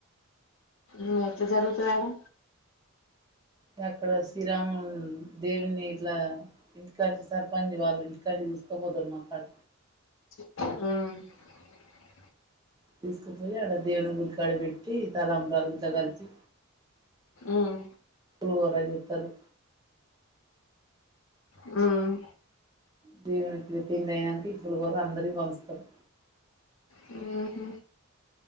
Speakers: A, on the left; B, on the right.
A: మ్ ఎట్ల జరుగుతండి
B: అక్కడ శ్రీరాము దేవుని ఇట్లా ఇంటికాంచి సర్పంచ్ వాళ్ళు ఇంటికంచి తీసుకోపోతారు మాకాడ
A: మ్
B: తీసుకునిపోయి అక్కడ దేవుని గుడికాడ పెట్టి తల తలంబ్రాలతో గలిపి
A: ఉమ్
B: ఒ తలు
A: హుమ్
B: దేవుడికి పెట్టిండే దాని ఇద్దరు వేరే అందరికి పంచుతారు
A: హుమ్ హు